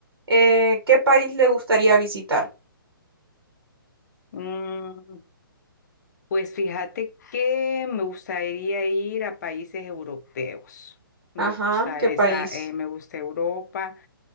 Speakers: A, on the right (about 80°); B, on the left (about 50°).
A: Eh, ¿qué país le gustaría visitar?
B: Mm, pues fíjate que me gustaría ir a países europeos. Me
A: Ajá,
B: gusta
A: ¿qué
B: esa,
A: país?
B: eh, me gusta Europa.